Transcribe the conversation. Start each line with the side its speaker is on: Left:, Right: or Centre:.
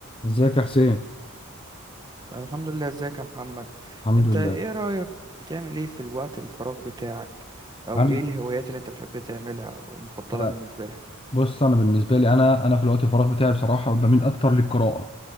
Left: ازيك يا حسين
Right: الحمد لله ازيك يا محمد
Left: الحمد
Right: انت
Left: لله
Right: ايه رأيك بتعمل ايه في الوقت الفراغ بتاعك او
Left: انا
Right: ايه الهوايات اللي انت بتحب تعملها ومفضلة
Left: آه،
Right: بالنسبة لك
Left: بص انا بالنسبه لي انا انا في الوقت الفراغ بتاعي بصراحه بميل اكتر للقراءه